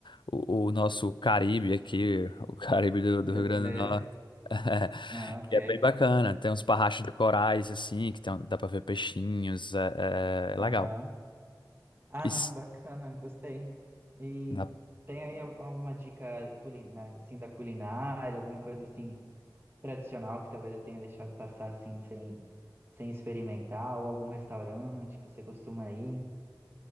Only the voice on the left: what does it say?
o, o nosso Caribe aqui, o Caribe do,
do Rio Grande do Norte. <laughs>
que é bem bacana. Tem uns parrachos de corais, assim, que tem, um, dá pra ver peixinhos. É, é é
legal.
E
s-
na-